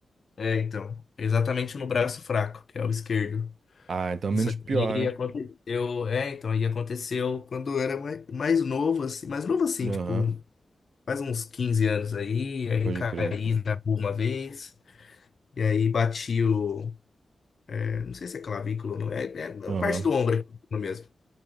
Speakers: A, on the left; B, on the right.
A: É, então. Exatamente no braço fraco, que é o esquerdo.
B: Ah, então
A: Isso
B: menos
A: aqui
B: pior, né?
A: aconteceu. É, então. Aí aconteceu quando eu era mais, mais novo, assim. Mais novo, assim,
B: Aham,
A: tipo. Faz uns 15 anos aí, aí
B: pode
A: caí
B: crer.
A: na rua uma vez, e aí bati o. é, Não sei se é clavícula ou não, é, é
B: Aham.
A: a parte do ombro aqui mesmo.